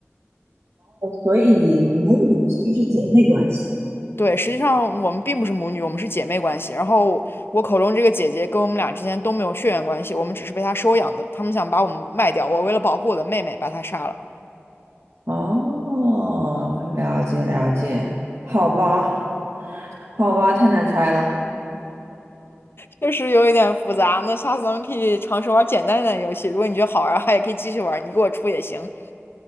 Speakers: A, on the right (about 85°); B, on the left (about 55°).
A: 所以母女其实是姐妹关系。
B: 对，实际上我们并不是母女，我们是姐妹关系。然后我口中这个姐姐跟我们俩之间都没有血缘关系，我们只是被她收养的。他们想把我们卖掉，我为了保护我的妹妹，把她杀了。
A: 哦，了解了解，好吧，好吧，太难猜了。
B: 确实有一点复杂，那下次咱们可以尝试玩简单一点的游戏。如果你觉得好玩儿的话，也可以继续玩儿你给我出也行。好